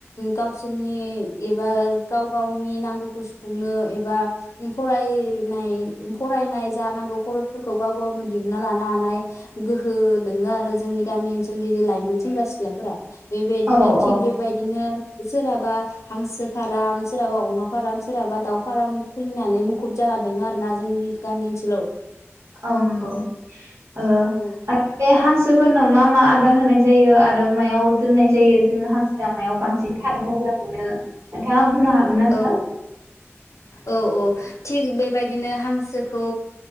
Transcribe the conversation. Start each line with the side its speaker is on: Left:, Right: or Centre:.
Left: गावसोरनि एबा गाव गावनि नांगौखौ सुफुंनो एबा फराय बिनाय। फरायनाय जानांगौ खरसफोरखौ गाव गावनो दिहुनना लानो हानाय गोहो दोङो आरो जों जोंनि गामि ओनसोलनि जे लाइमोन सेंग्रा सिख्लाफोरा बेबायदिनो
Right: औ
Left: थिग
Right: औ
Left: बेबायदिनो सोरहाबा हांसो फार्म सोरहाबा अमा फार्म सोरहाबा दाउ फार्म खुलिनानै मुखुब जान द आरो दा जोंनि गामि ओनसोलाव।
Right: औ नंगौ आरो
Left: औ
Right: बे हांसोफोरनो मा मा आदार होनाय जायो आरो मायाव दोननाय जायो जोङो हांसोआ मायाव बा बांसिन थानो मोजां मोनो नोंथाङा बुंनो हागोन ना नोंथां?
Left: औ औ औ थिग बेबायदिनो हांसोखौ